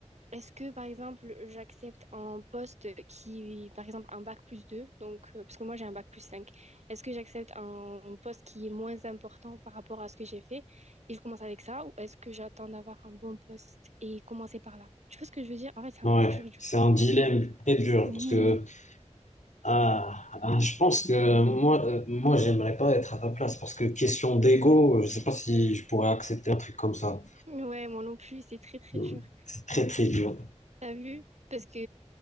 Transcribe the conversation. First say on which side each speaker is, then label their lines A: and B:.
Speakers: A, on the right; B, on the left.
A: est-ce que, par exemple, j'accepte un poste qui, par exemple, un bac plus 2 donc, euh, parce que moi j'ai un bac plus 5 est-ce que j'accepte un, un poste qui est moins important par rapport à ce que j'ai fait et je commence avec ça, ou est-ce que j'attends d'avoir un bon poste et commencer par là? Tu vois ce que je veux dire? En fait, c'est
B: ouais.
A: un peu dur du
B: C'est
A: coup.
B: un dilemme très dur
A: Oui,
B: parce que Ah, ah, je pense que moi, euh, moi, j'aimerais pas être à ta place parce que question d'ego, je sais pas si je pourrais accepter un truc comme ça.
A: ouais, moi non plus, c'est très très
B: Hmm.
A: dur.
B: C'est très très dur.
A: T'as vu? Parce que,